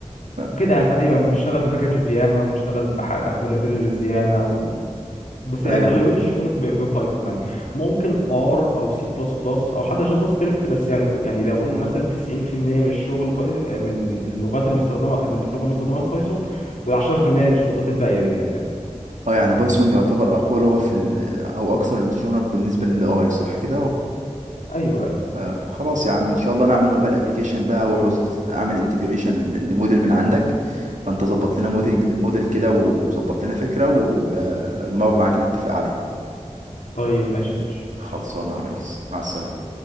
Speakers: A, on the right; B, on the left.
A: آه،
B: وكده يعني فايوه بنشتغل بباكجز ياما ونشتغل بح- بلايبريز ياما و... بس يعني
A: ايوه
B: اغلبيه الشغل ب- ببايثون يعني ممكن ار او سي بلس بلس او حتى جافا سكريبت بس يعني كو- يعني لو قلنا مثلا 90% من الشغل باي... من اللغات المستخدمه من اللغه المستخدمه في بايثون وال10% اللغات الباقيه ديت يعني
A: اه يعني بايثون يعتبر اقوى لغة في ال... او اكثر انتشارا بالنسبة للاي صح كده
B: ايوه أيوة.
A: آه خلاص يا عم ان شاء الله نعمل موبايل ابلكيشن بقى واحوز اعمل انتجريشن لموديل من عندك فانت ظبط لنا موديل موديل كده وظبط لنا فكرة ونقعد معاك نتفق عليها
B: طيب ماشي يا باشا
A: خلصانه يا ريس مع السلامة